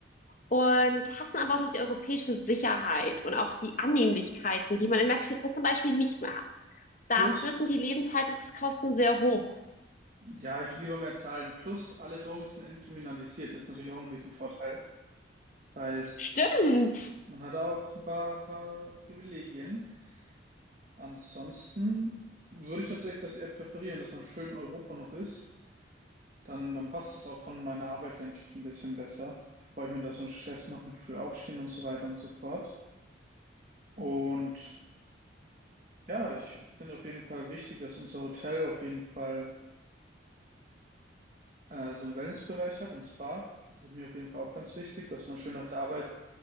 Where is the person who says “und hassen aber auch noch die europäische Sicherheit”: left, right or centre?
Left